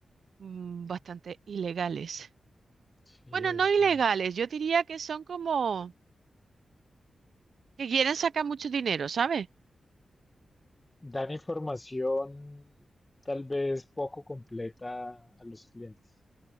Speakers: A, on the right (about 75°); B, on the left (about 20°).
A: mm, bastante ilegales.
B: Sí,
A: Bueno, no
B: eso
A: ilegales,
B: no.
A: yo diría que son como. Que quieren sacar mucho dinero, ¿sabes?
B: Dar información tal vez poco completa a los clientes.